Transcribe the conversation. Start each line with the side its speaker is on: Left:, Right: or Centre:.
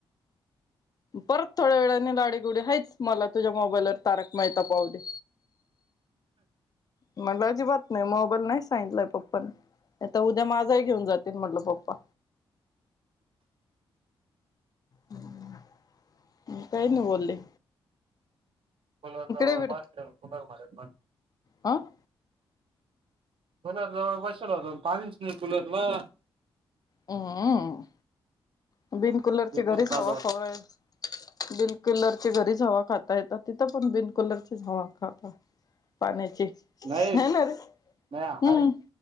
Left: परत थोड्या वेळाने लाडीगुडी हायच मला तुझ्या मोबाईलवर तारक मेहेता पाहुदे. म्हटलं अजिबात नाही मोबाईल नाही सांगितलाय पप्पा न. आता उद्या माझाही घेऊन जातील म्हटलं पप्पा. हम् <inaudible> काही नाही बोलली.
Right: कुलर जवळ
Left: ये
Right: भात ठेव कुलर मध्ये पाणी
Left: हं.
Right: कुलर जवळ बसेल होतो पाणीच नाही कुलरला.
Left: हम्म, हम्म बिनकुलरची
Right: एकदम
Left: घरीच
Right: चालू
Left: हवा
Right: आहे.
Left: खाऊ राहिले बिल कुलर घरीच हवा खाता येतात तिथं पण बिल कुलरचीच हवा खा आता. पाण्याची
Right: नाही
Left: हायनरे
Right: नाही आहे
Left: हम्म.